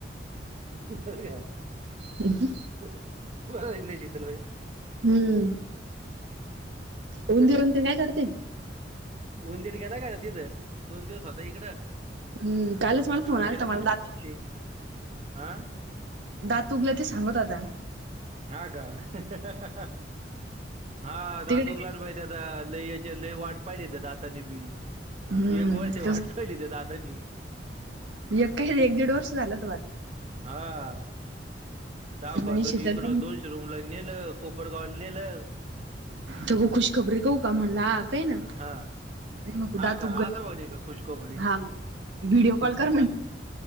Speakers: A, on the right; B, on the right.
A: हम्म अरे यार.
B: ह हम्म.
A: बरं नाही चितल भाई.
B: हम्म. होंदीरूनंत काय करते.
A: उंदीर गे ना काय तिथं दोन दिवस होता इकडं.
B: हम्म कालच मला फोन
A: आज
B: आलता
A: घरा
B: मला
A: तघड
B: दात
A: ते हह.
B: दातूकला ते सांगत आता.
A: हा का हा हा हा हा हा ददूकलाान
B: तिकडे
A: पाहिजे. लयची लय वाट पाहिली त्या दाताने बी
B: हम्म
A: एक वर्ष
B: तस
A: वाट. खय लि दे दाताची.
B: य काही एक दीड वर्ष झालं तर बर.
A: हा. दाखवतो
B: म्हणे शीतल
A: इकडं
B: ताई
A: दोनशे रूमला नेलं कोपडगावला नेलं.
B: तगो खुश खबरी कू का म्हणला ह काय ना.
A: हा
B: आणि मग
A: हा
B: दात
A: का
B: उघड
A: असं होणी का खुशखोबरी
B: हा व्हिडिओ
A: ह
B: कॉल कर
A: हा
B: म्हणजे
A: हा.